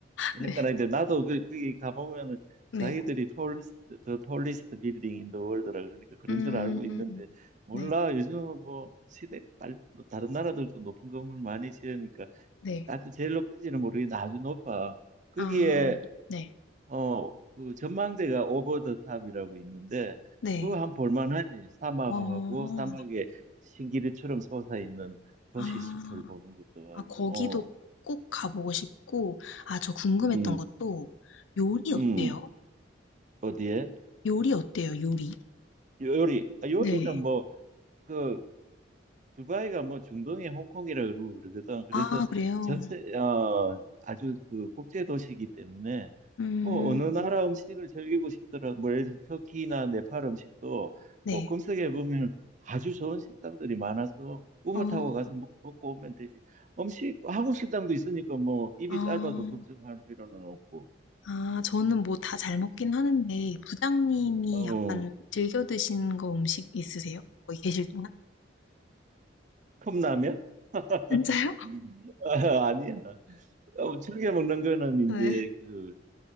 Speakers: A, on the left; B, on the right.
A: 네.
B: 현관인데 나도 그 거기 가보면은
A: 네.
B: 자기들이 톨리스트 더 톨리스트 빌딩 인더 월드라 그러니까 그런
A: 음,
B: 줄 알고 있는데 몰라
A: 네.
B: 요즘은 뭐 시대 빨 뭐 다른 나라들도 높은 건물 많이 지으니까
A: 네.
B: 나도 제일 높은지는 모르겠는데 아주 높아 거기에
A: 아, 네.
B: 어 그 전망대가 오버 더 탑이라고 있는데
A: 네.
B: 그거 한 볼만하지 사막하고
A: 어,
B: 사막에 신기루처럼 솟아 있는 도시
A: 아,
B: 숲을 보는 것도
A: 아,
B: 아주
A: 거기도
B: 어
A: 꼭 가보고 싶고, 아, 저 궁금했던
B: 음
A: 것도 요리 어때요?
B: 음 어디에
A: 요리 어때요, 요리?
B: 요리. 아, 요리는
A: 네.
B: 뭐, 그, 두바이가 뭐 중동의 홍콩이라 그러고 그러거든. 그래서
A: 아, 그래요?
B: 전세, 어, 아주 그 국제 도시이기 때문에
A: 음,
B: 뭐 어느 나라 음식을 즐기고 싶더라도 뭐 예를 들어 터키나 네팔 음식도
A: 네.
B: 꼭 검색해 보면 아주 좋은 식당들이 많아서 우버
A: 어,
B: 타고 가서 먹, 먹고 오면 되지. 음식, 한국 식당도 있으니까 뭐 입이
A: 아,
B: 짧아도 걱정할 필요는 없고.
A: 아, 저는 뭐 다 잘 먹긴 하는데, 부장님이
B: 어,
A: 약간 즐겨 드시는 거 음식 있으세요? 거기 계실 동안?
B: 컵라면?
A: <laughs> 진짜요?
B: <laughs> 아, 아니야. 어, 즐겨 먹는 거는
A: 네.
B: 이제 그